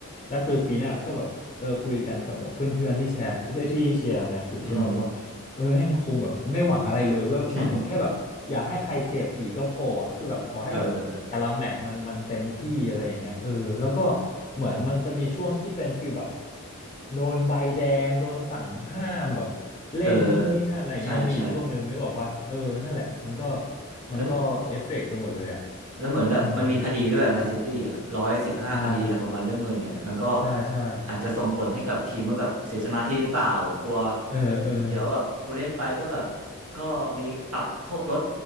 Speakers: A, on the left; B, on the right.
A: แล้วคือปีหน้าก็แบบเออคุยกันกับแบบเพื่อนๆที่แชร์เอ้ยที่เชียร์แมนซีใช่ป่ะบอกว่า
B: อืม
A: เออแม่งคงแบบไม่หวังอะไรเลยเว่าหวังว่าแค่แบบอย่าให้ใครเจ็บอีกก็พออะคือแบบขอให้แบบแต่ละแมตช์มันมันเต็มที่อะไรอย่างเงี้ยเออแล้วก็
B: <laughs> เออ
A: เหมือนมันจะมีช่วงที่เป็นฟิลแบบโดนใบแดงโดนสั่งห้ามแบบเล่นนู่นนี่นั่นอะไรอย่างเงี้ยมีอยู่ช่วงหนึ่งนึกออกปะเออนั่นแหละมันก็
B: เออใช่ใช่
A: มันก็เอฟเฟกต์ไปหมดเลยอ่ะ
B: แล้วแล้วเหมือนแบบมันมีคดีด้วยแมนซิตี้อ่ะร้อยสิบห้าคดีแล้วของมันเรื่องเงินเนี่ยแหละมันก็
A: อืมใช่ใช่ใช่
B: อาจจะส่งผลให้กับทีมว่าแบบเสียสมาธิหรือเปล่ากลัว
A: เออเออ
B: เดี๋ยวแบบกูเล่นไปก็แบบก็มีปรับโทษลด